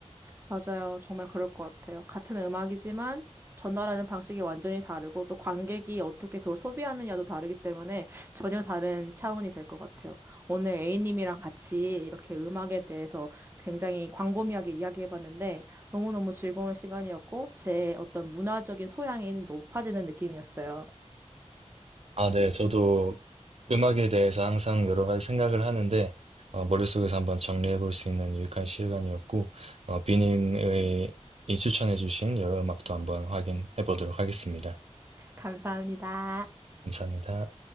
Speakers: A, on the right; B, on the right.
A: 맞아요. 정말 그럴 것 같아요. 같은 음악이지만 전달하는 방식이 완전히 다르고 또 관객이 어떻게 그걸 소비하느냐도 다르기 때문에 전혀 다른 차원이 될 것 같아요. 오늘 A님이랑 같이 이렇게 음악에 대해서 굉장히 광범위하게 이야기해봤는데 너무너무 즐거운 시간이었고 제 어떤 문화적인 소양이 높아지는 느낌이었어요.
B: 아, 네. 저도 음악에 대해서 항상 여러 가지 생각을 하는데, 어, 머릿속에서 한번 정리해 볼 수 있는 유익한 시간이었고, 어, 비님의 이 추천해 주신 여러 음악도 한번 확인해 보도록 하겠습니다.
A: 감사합니다.
B: 감사합니다.